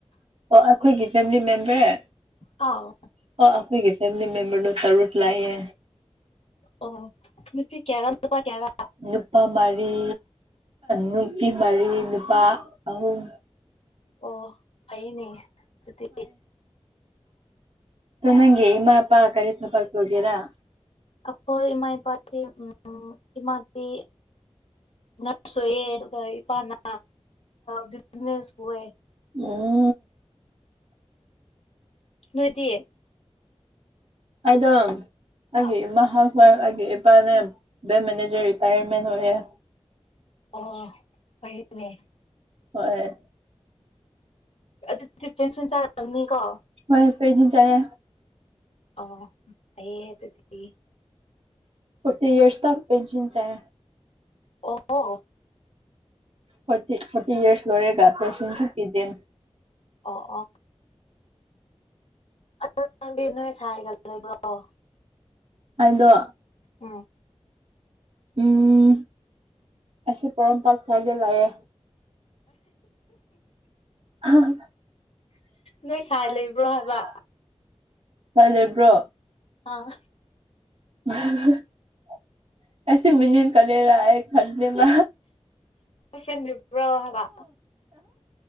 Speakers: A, on the right; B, on the left.
A: ꯑꯣ ꯑꯩꯈꯣꯏꯒꯤ ꯐꯦꯃꯤꯂꯤ ꯃꯦꯝꯕꯔ
B: ꯑꯥꯎ
A: ꯑꯣ ꯑꯩꯈꯣꯏꯒꯤ ꯐꯦꯃꯤꯂꯤ ꯃꯦꯝꯕꯔ ꯅꯣ ꯇꯔꯨꯠ ꯂꯥꯛꯑꯌꯦ
B: ꯑꯣ ꯅꯨꯄꯤ ꯀꯦꯔꯝ ꯅꯄꯥ ꯀꯦꯔꯥ
A: ꯅꯨꯄꯥ ꯃꯔꯤ ꯅꯨꯄꯤ ꯃꯔꯤ ꯅꯨꯄꯥ ꯑꯍꯨꯝ
B: ꯑꯣ ꯐꯩꯅꯦ ꯑꯗꯨꯗꯤ
A: ꯅꯪꯦ ꯏꯃ ꯍꯥꯄꯥ ꯀꯔꯤꯁꯅꯄ ꯍꯒꯦꯔꯥ
B: ꯑꯩꯈꯣꯏ ꯏꯃꯥ ꯏꯄꯥꯇ ꯎꯝ ꯏꯃꯥꯗꯤ ꯅꯔꯁꯌꯦ ꯑꯗꯨꯒ ꯏꯄꯥꯅꯥ ꯕꯤꯖꯤꯅꯦꯁꯕꯨꯋꯦ
A: ꯎꯝ
B: ꯅꯣꯏꯗꯤ
A: ꯑꯩꯗꯣ ꯑꯩꯒꯤ
B: ꯑꯥ
A: ꯏꯃꯥꯍꯜꯈ‌ꯣꯏ ꯑꯩꯒꯤ ꯏꯄꯥꯅꯦ ꯕ‌ꯦꯡ ꯃꯦꯅꯦꯖꯔ <unintelligible> ꯑꯣꯏꯌ‌ꯦ
B: ꯑꯣ ꯐꯩꯌ‌‌ꯦꯅꯦ
A: ꯍꯣꯏ
B: ꯑꯗꯨꯗꯤ ꯄꯦꯟꯁꯤꯟ ꯆꯥꯔꯕꯅꯤꯀꯣ
A: ꯍꯣꯏ ꯄꯦꯟꯁꯤꯟ ꯆꯥꯏꯌꯦ
B: ꯑꯣ ꯐꯩꯌꯦ ꯑꯗꯨꯗꯤ
A: ꯐꯣꯔꯇꯤ ꯏꯔꯁ ꯇ ꯄꯦꯟꯁꯤꯟ ꯆꯥꯏꯌ‌ꯦ
B: ꯑꯣ ꯍꯣ
A: ꯐꯣꯔꯇꯤ ꯐꯣꯔꯇꯤ ꯏꯔꯁ ꯂꯣꯏꯔꯒ ꯄꯦꯟꯁꯤꯟꯁꯨ ꯄꯤꯗꯦꯟ
B: ꯑꯣ ꯑꯣ ꯑꯗꯨ ꯅꯪꯗꯤ ꯅꯣꯏ ꯁꯥꯏꯒ ꯂꯩꯕ꯭ꯔꯣ
A: ꯑꯩꯗꯣ
B: ꯎꯝ
A: ꯎꯝ ꯑꯩꯁꯤ ꯄ‌ꯣꯔ‌ꯣꯝꯄꯥꯠ ꯁ꯭ꯋꯥꯏꯗ ꯂꯩꯌꯦ <unintelligible>
B: ꯅꯣꯏ ꯁꯥꯏ ꯂꯩꯕ꯭ꯔꯣ ꯍꯥꯏꯕ
A: ꯆꯠꯂꯤꯕ꯭ꯔꯣ
B: ꯑꯥ
A: <unintelligible> ꯑꯦꯁ ꯃꯤꯅꯤ ꯀꯔ‌ꯦꯔꯥ ꯑꯩ ꯈꯟꯗ‌ꯦꯕꯥ
B: ꯁ‌ꯦꯝꯗ꯭ꯔꯤꯕ꯭ꯔꯣ ꯍꯥꯏꯕ